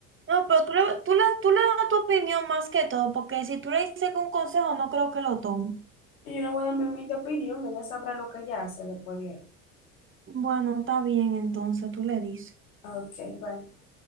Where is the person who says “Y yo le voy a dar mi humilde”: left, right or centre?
Left